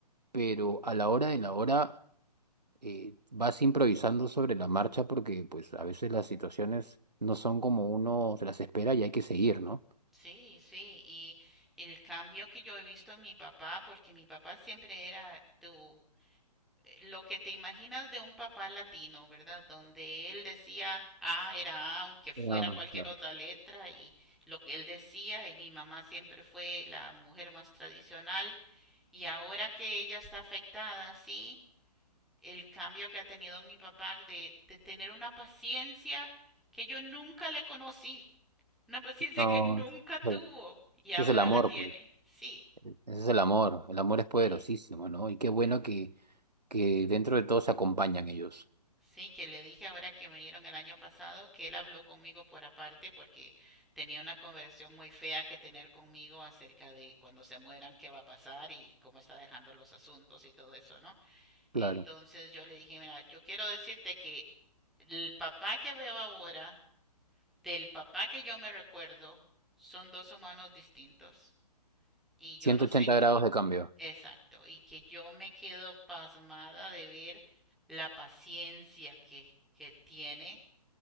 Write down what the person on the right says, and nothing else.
pero a la hora de la hora eh, vas improvisando sobre la marcha porque pues a veces las situaciones no son como uno se las espera y hay que seguir, ¿no?
Ah,
claro.
No,
sí.
ese es el amor,
pues.
Ese es el amor. El amor es poderosísimo,
¿no? Y qué bueno que, que dentro de todo se acompañan ellos.
Claro.
ciento
ochenta grados de cambio.